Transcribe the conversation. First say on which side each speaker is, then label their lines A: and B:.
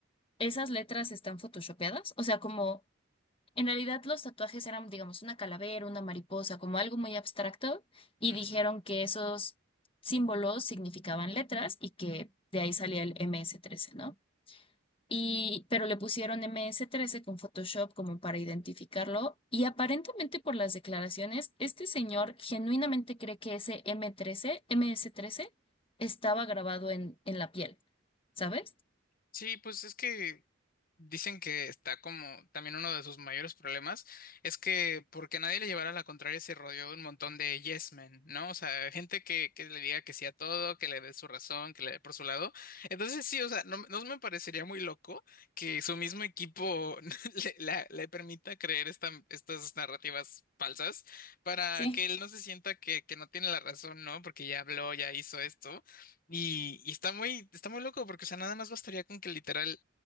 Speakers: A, on the left; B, on the left.
A: esas letras están photoshopeadas? O sea, como... En realidad los tatuajes eran, digamos, una calavera, una mariposa, como algo muy abstracto, y
B: Ujú.
A: dijeron que esos símbolos significaban letras y que de ahí salía el MS-13, ¿no? Y, pero le pusieron MS-13 con Photoshop como para identificarlo, y aparentemente por las declaraciones, este señor genuinamente cree que ese M13, MS-13, estaba grabado en, en la piel, ¿sabes?
B: Sí, pues es que Dicen que está como también uno de sus mayores problemas es que porque nadie le llevara la contraria se rodeó de un montón de yes men, ¿no? O sea, gente que, que le diga que sí a todo, que le dé su razón, que le dé por su lado. Entonces sí, o sea, no, no me parecería muy loco que su mismo equipo <laughs> le, la- le permita creer esta- estas narrativas falsas para
A: Sí.
B: que él no se sienta que, que no tiene la razón, ¿no? Porque ya habló, ya hizo esto. Y, y está muy, está muy loco porque, o sea, nada más bastaría con que literal